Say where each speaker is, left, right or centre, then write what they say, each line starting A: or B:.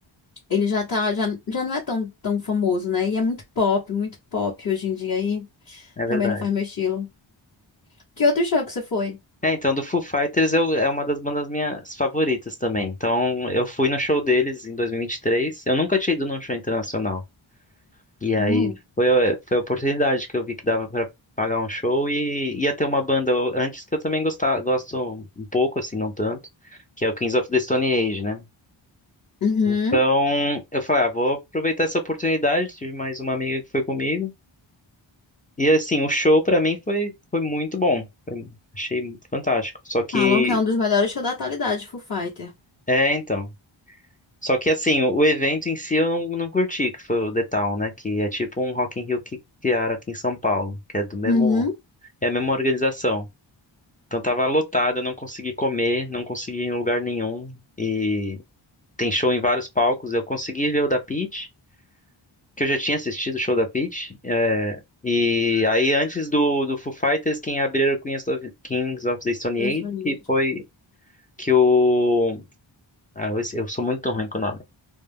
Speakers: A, on the left; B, on the left.
A: ele já tá, já, já não é tão, tão famoso, né? E é muito pop, muito pop hoje em dia, e
B: é verdade.
A: também não faz meu estilo. Que outro show que você foi?
B: É, então do Foo Fighters eu, é uma das bandas minhas favoritas também. Então eu fui no show deles em 2023. Eu nunca tinha ido num show internacional. E aí
A: Hum,
B: foi, a- foi a oportunidade que eu vi que dava pra pagar um show e ia ter uma banda antes que eu também gostava, gosto um pouco, assim, não tanto, que é o Kings of the Stone Age, né?
A: Uhum.
B: Então eu falei, ah, vou aproveitar essa oportunidade, tive mais uma amiga que foi comigo. E assim, o show pra mim foi, foi muito bom. Foi- achei fantástico. Só que,
A: Falam que é um dos melhores shows da atualidade, Foo Fighter.
B: é, então. Só que assim, o, o evento em si eu não, não curti, que foi o The Town, né? Que é tipo um Rock in Rio que criaram aqui em São Paulo, que é do mesmo.
A: Uhum.
B: É a mesma organização. Então tava lotado, eu não consegui comer, não consegui ir em lugar nenhum. E tem show em vários palcos. Eu consegui ver o da Pitty, que eu já tinha assistido o show da Pitty. É, e aí antes do, do Foo Fighters, quem abriu era o Queens of, Kings of the Stone
A: gosto
B: Age,
A: muito.
B: que foi que o... Ah, eu, eu sou muito ruim com o nome.